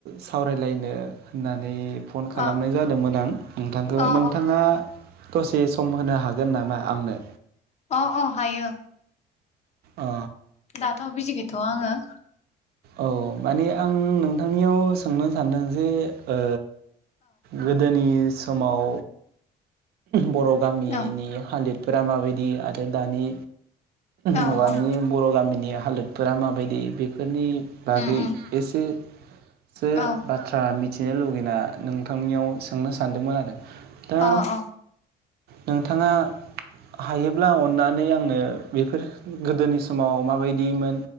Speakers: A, on the right; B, on the left.
A: सावरायलायनो होननानै फन खालामनाय
B: अ
A: दोंमोन आं नोंथांखो
B: अ
A: नोंथाङा दसे सम होनो हागोन नामा आंनो
B: अ अ हायो
A: अ
B: दाथ बिजि गैयथ आ आं ङो
A: औ माने आं नोंथांनियाव सोंनो सान्दों जे ओ गोदनि समाव बर' गामिनि
B: औ
A: हालोद फोरा माबायदि आरो दानि
B: औ
A: मुगानि
B: औ
A: बर'गामिनि हालोदफोरा माबायदि बेफोरनि बागै
B: उम उम
A: एसे सो
B: औ
A: बाथ्रा मि थिनो लुगैना नोंथांनियाव सोंनो सान्दोंमोन आरो। दा
B: अ अ
A: नोंथांङा हायोब्ला अननानै आंनो बेफोर गोदोनि समाव माबायदिमोन